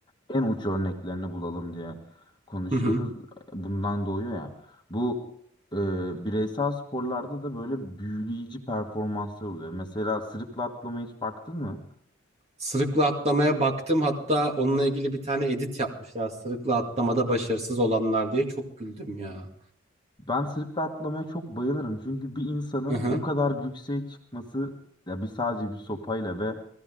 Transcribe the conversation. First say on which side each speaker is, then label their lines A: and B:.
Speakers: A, on the left (about 20°); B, on the right (about 35°).
A: en uç örneklerini bulalım diye konuşuyoruz.
B: Hı hı.
A: Bundan doğuyor ya. Bu e, bireysel sporlarda da böyle büyüleyici performanslar oluyor. Mesela sırıkla atlamaya hiç baktın mı?
B: Sırıkla atlamaya baktım. Hatta onunla ilgili bir tane edit yapmışlar. Sırıkla atlamada başarısız olanlar diye çok güldüm ya.
A: Ben sırıkla atlamaya çok bayılırım. Çünkü bir insanın
B: Hı hı.
A: o kadar yükseğe çıkması ya bir sadece bir sopayla ve